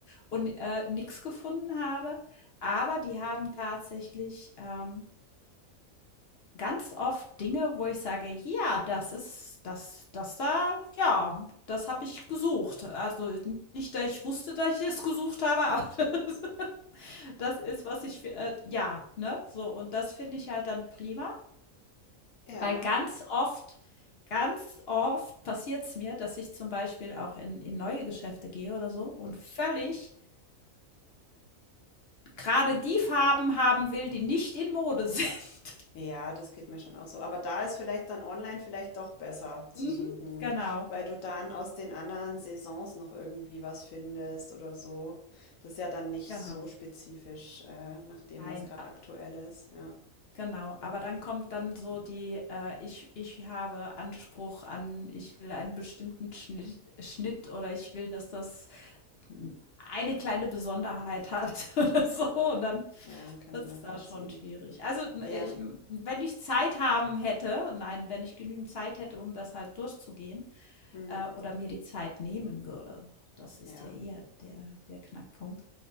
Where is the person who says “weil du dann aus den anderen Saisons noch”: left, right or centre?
Left